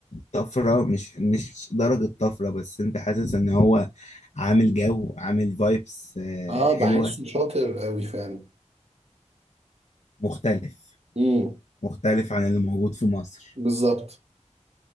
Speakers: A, on the left; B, on the right.
A: طفره مش مش درجه طفره بس انت حاسس ان هو عامل جو عامل فايبس
B: اه
A: حلوه
B: بحسه شاطر قوي فعلا
A: مختلف
B: امم
A: مختلف عن اللي موجود في مصر
B: بالظبط